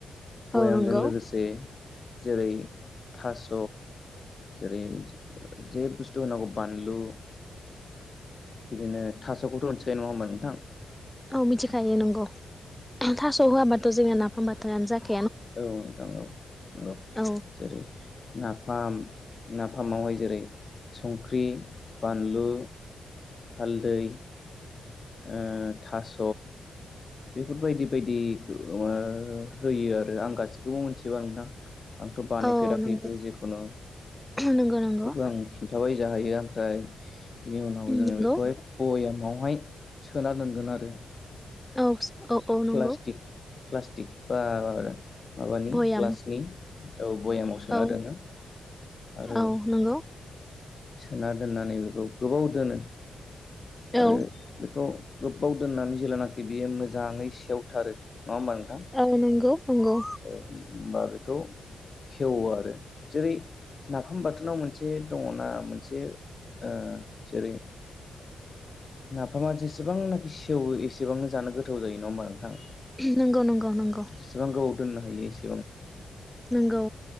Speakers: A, on the left; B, in the centre.
A: भयामजों
B: औ नंगौ
A: लोगोसे जेरै थास' जेरै जे बुस्थु होनांगौ बानलु बिदिनो थास'खौथ' मोनथिखायो नङा होबान नोंथां?
B: औ मिथिखायो नंगौ थास' होआबाथ' जोङो ना फाम बाथोनानो जाखा
A: औ थांग नंगौ
B: औ
A: जेरै नाफाम नाफामावहाय जेरै संख्रि बानलु हालदै ओ थास' बेफोरबायदि बायदि ओ होयो आरो आं गासैखौबो मोनथिजुबा नोंथां । आंथ' बानायफेराखैबो
B: औ नंगौ
A: जेखुनु
B: नंगौ नंगौ
A: थेवबो आं खिन्थाबाय जाहायो आं ओमफ्राय बिनि उनाव जोङो
B: नंगौ
A: बेखौहाय बयाम बयामावहाय सोना दोनगोन आरो।
B: औ औ औ नंगौ।
A: प्लास्टिक प्लास्टिक बा माबानि
B: भयाम
A: ग्लासनि औ बयामाव सोना
B: औ
A: दोनो आरो
B: औ नंगौ
A: सोना दोननानै बेखौ गोबाव दोनो। आरो
B: औ
A: बेखौ गोब्बाव दोननानै जेेलानाखि बियो मोजाङै सेवथारो नङा होमबा नोंथां
B: औ नंगौ नंगौ।
A: औ होमबा बेखौ खेवो आरो जेरै नाफाम बाथोनाव मोनसे दङना मोनसे ओ जेरै नाफामा जेसेबांनाखि सेवो एसेबांनो जानो गोथाव जायो नङा नोंथां होमबा?
B: नंगौ नंगौ नंगौ।
A: जेसेबां गोबाव दोननो हायो एसे
B: नंगौ।